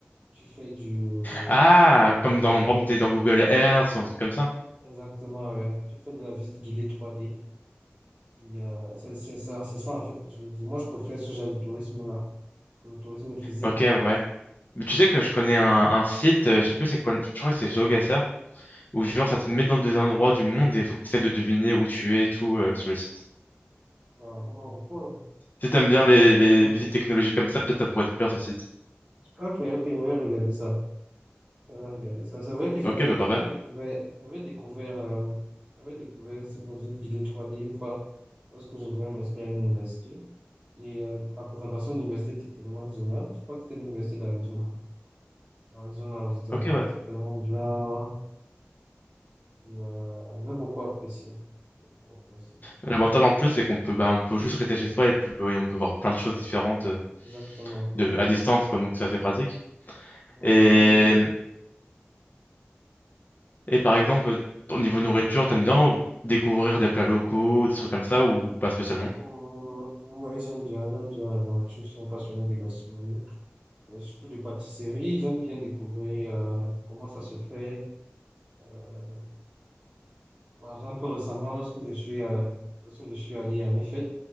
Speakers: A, on the right; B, on the left.
A: Tu fais du...
B: Ah,
A: euh,
B: comme dans, par exemple, t'es dans Google Earth ou un truc comme ça.
A: exactement, ouais. Tu fais de la visite guidée trois d Et, euh, c'est c'est ça, c'est ça en fait que je veux dire. Moi, je préfère ce genre de tourisme-là que le tourisme physique.
B: Ok, ouais. Mais tu sais que je
A: Ouais,
B: connais
A: ça,
B: un, un site, euh, je sais plus c'est quoi, je crois que c'est GeoGuessr. où genre ça te met dans des
A: c'est- ouais.
B: endroits du monde et faut que tu essaies de deviner où tu es et tout euh, sur le site.
A: Voilà. Bon, cool.
B: Si t'aimes bien
A: Ouais.
B: les,
A: d'accord.
B: les visites technologiques comme ça, peut-être ça pourrait te plaire ce site.
A: Ok, ok, je vais regarder ça. On va regarder ça. C'est vrai que j'avais
B: Ok, bah parfait.
A: j'avais découvert j'avais découvert euh, j'avais découvert ce concept d'idée 3D une fois parce que je voulais m'inscrire à une université et euh, la présentation de l'université était tellement géniale. Je crois que c'était l'université d'Arizona. Arizona aux États-Unis,
B: Ok, ouais.
A: c'était tellement bien. Et, Euh, j'ai beaucoup apprécié. J'ai beaucoup apprécié.
B: L'avantage en plus, c'est qu'on peut, bah, on peut juste rester chez soi et, puis, et on peut voir plein de choses différentes euh,
A: Exactement.
B: de, à distance, quoi, donc c'est assez pratique.
A: En
B: Et,
A: 3D.
B: et par exemple, au niveau nourriture, t'aimes bien découvrir des plats locaux, des trucs comme ça ou pas spécialement?
A: Oh, ouais, j'aime bien, j'aime bien. la nourriture. Je suis un passionné des gastronomies, euh, surtout des pâtisseries. J'aime bien découvrir euh, comment ça se fait. euh, Par exemple, récemment, lorsque je suis, euh, lorsque je suis allé à une fête,